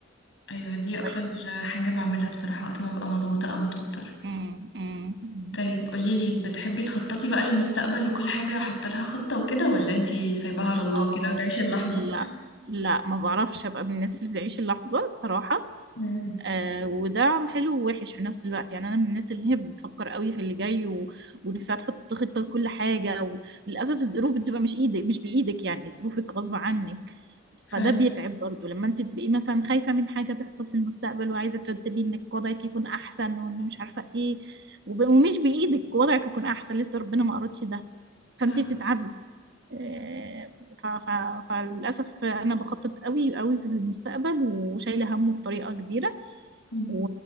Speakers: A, on the left (about 75°); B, on the right (about 60°).
A: أيوة دي أكتر
B: كويس
A: حاجة بعملها بصراحة وقت ما ببقى مضغوطة أو متوتر
B: امم امم أمم.
A: طيب قوليلي بتحبي تخططي بقى للمستقبل وكل حاجة أحط لها خطة وكده ولا أنتي سايباها على الله
B: اه
A: كده وتعيشي اللحظة
B: لا لا ما بعرفش ابقى من الناس اللي بتعيش اللحظة الصراحة
A: مم.
B: آه وده حلو ووحش في نفس الوقت يعني انا من الناس اللي هي بتفكر قوي في اللي جاي و... ونفسها تحط خطه لكل حاجه وللاسف الظروف بتبقى مش ايدك مش بايدك يعني ظروفك غصب عنك
A: فعلا
B: فده بيتعب برضو لما انت تبقي مثلا خايفه من حاجه تحصل في المستقبل وعايزه ترتبي انك وضعك يكون احسن وانه مش عارفه ايه وب... ومش بايدك وضعك يكون احسن لسه ربنا ما اردش ده
A: صح
B: فانت بتتعبي آه، ف... ف... فللاسف انا بخطط قوي قوي في المستقبل وشايله همه بطريقه كبيره
A: مم.
B: و...